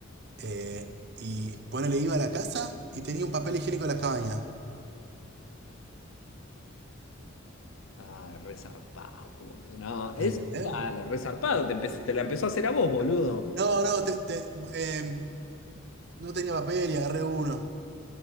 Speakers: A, on the right (about 55°); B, on the left (about 85°).
A: eh, y ponele, iba a la casa y tenía un papel higiénico en la cabaña
B: Ah, resarpado, boludo. No, es
A: ¿Me entendés?
B: claro, resarpado, te empecé- te la empezó a hacer a vos, boludo.
A: No, no, te- te- em, no tenía papel y agarré uno.